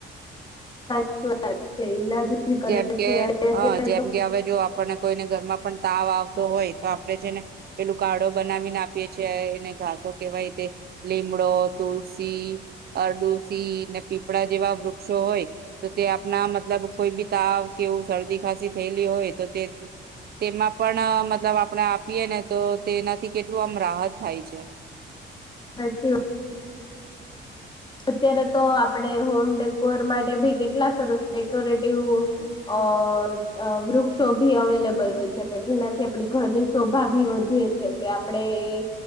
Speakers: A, on the left; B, on the right.
A: સાચી વાત છે ઈલાજ બી કરે
B: જેમ કે
A: છે અને અત્યારે
B: હા જેમ
A: તો
B: કે હવે જો આપણને કોઈને ઘરમાં પણ તાવ આવતો હોય તો આપડે છેને પેલું કાળો બનાવીને આપીએ છે એને ઘાસો કેહેવાય તે લીમડો, તુલસી, અરદુસી, ને પીપળા જેવા વૃક્ષો હોય તો તે આપના મતલબ કોઈ બી તાવ કે એવું શરદી ખાસી થયેલી હોય તો તે તેમાં પણ અહ મતલબ આપણે આપીએ ને તો તેનાથી કેટલું આમ રાહત થાય છે.
A: હાચુ અત્યારે તો આપડે હોમ ડેકોર માટે ભી કેટલા સરસ ડેકોરેટિવ અહ અહ વૃક્ષો ભી અવેલેબલ હોય છે કે જેનાથી આપડી ઘરની શોભા ભી વધીએ છે કે આપડે એ